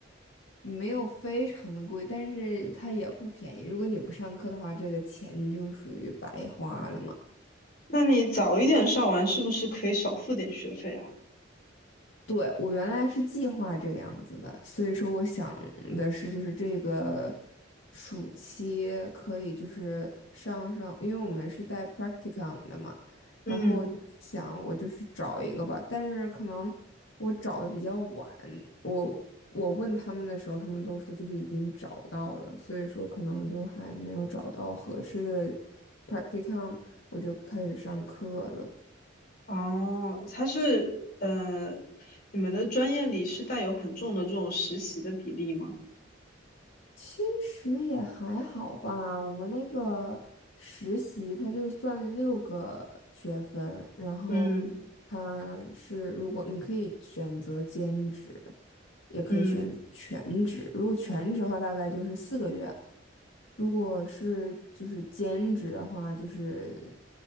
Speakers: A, on the left; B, on the left.
A: 没有非常的贵，但是它也不便宜。如果你不上课的话，这个钱你就属于白花了嘛。
B: 那你早一点上完，是不是可以少付点学费啊？
A: 对，我原来是计划这个样子的，所以说我想的是，就是这个暑期可以就是上上，因为我们是带 practicum 的嘛，
B: 嗯，
A: 然后我就想我就是找一个吧，但是可能我找的比较晚，我我问他们的时候，他们都说就是已经找到了，所以说可能就还没有找到合适的 practicum，我就开始上课了。
B: 哦，它是呃，你们的专业里是带有很重的这种实习的比例吗？
A: 其实也还好吧，我们那个实习它就算六个学分，然后
B: 嗯
A: 它是如果你可以选择兼职，也可以选全职。
B: 嗯。
A: 如果全职的话，大概就是四个月；如果是就是兼职的话，就是